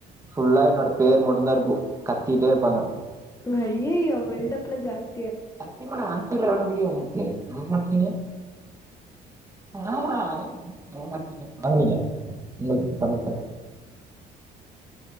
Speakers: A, on the right (about 20°); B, on the left (about 20°).
A: ஃபுல்லா என்னோட பேர் மட்டூதான் இருக்கோம் கத்திட்டே இருப்பாங்க
B: ஐய்யோ பில்டப்லா ஜாஸ்தி
A: சத்திமா நா அனுப்ச்சிவுடுறன் வீடியோ உங்ளுக்கு நம்ப மாட்ரீங்க ஆமா என்ன நம்ப மாட்ரீங்க பங்கனீங்க பரவாலீங்க உங்களுக்கு பண்ணத்த <inaudible>